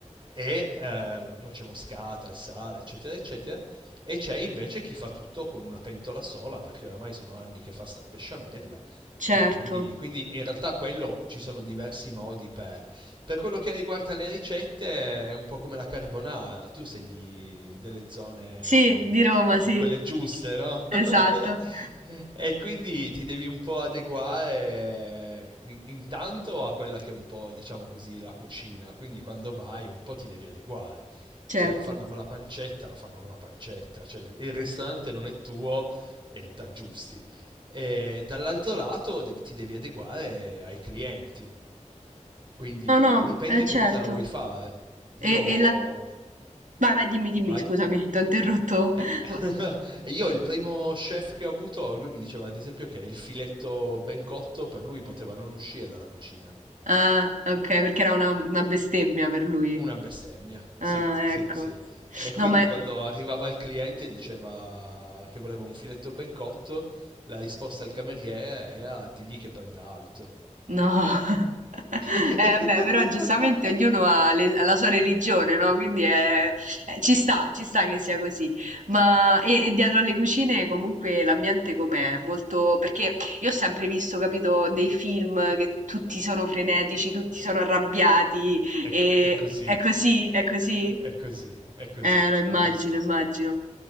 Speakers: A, on the right (about 40°); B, on the right (about 80°).
A: e eh, noce moscata, il sale, eccetera, eccetera. E c'è invece chi fa tutto con una pentola sola, perché oramai sono anni che fa sta besciamella.
B: Certo.
A: E quindi, quindi in realtà quello ci sono diversi modi per. Per quello che riguarda le ricette, è un po' come la carbonara. Tu sei di, delle zone
B: Sì, di Roma,
A: eh,
B: sì.
A: quelle giuste, no? <laughs>
B: Esatto. <laughs>
A: E quindi ti devi un po' adeguare eh, in- intanto a quella che è un po', diciamo così, la cucina. Quindi quando vai un po' ti devi adeguare. Se
B: Certo.
A: la fanno con la pancetta, la fanno con la pancetta. Cioè il il ristorante non è tuo e t'aggiusti. E dall'altro lato devi- ti devi adeguare ai clienti. Quindi
B: No, no,
A: dipende
B: eh,
A: che
B: certo.
A: cosa vuoi fare. Io
B: E, e la... Vai, vai, dimmi, dimmi,
A: Vai.
B: scusami, ti ho interrotto.
A: Eh,
B: <laughs>
A: <laughs> e io il primo chef che ho avuto, lui mi diceva ad esempio che il filetto ben cotto per lui poteva non uscire dalla cucina.
B: Ah, ok, perché era una, una bestemmia per lui.
A: Una bestemmia,
B: Ah,
A: sì, sì,
B: ecco.
A: sì. E quindi
B: No, ma... è-
A: quando arrivava il cliente e diceva che voleva un filetto ben cotto, la risposta al cameriere era digli che prenda alto.
B: No, <laughs>
A: <laughs>
B: eh, beh, però giustamente ognuno ha, le- ha la sua religione, no? Quindi è- eh, ci sta, ci sta che sia così. Ma e, e dietro alle cucine comunque l'ambiente com'è? Molto... Perché io ho sempre visto, capito, dei film che tutti sono frenetici, tutti sono arrabbiati
A: È,
B: e
A: c- è così.
B: è così, è così?
A: È così, è così,
B: Eh, lo immagino,
A: è così.
B: immagino.